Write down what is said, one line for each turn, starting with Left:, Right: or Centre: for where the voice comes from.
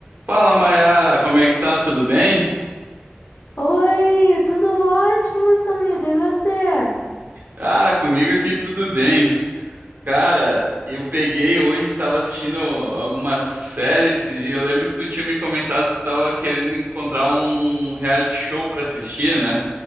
Right: Fala, Mayara, como é que tá? Tudo bem?
Left: Oi, tudo ótimo, Samida, e você?
Right: Ah, comigo aqui tudo bem. Cara, eu peguei hoje, tava assistindo algumas séries e eu lembro que tu tinha me comentado que tava querendo encontrar um reality show pra assistir, né?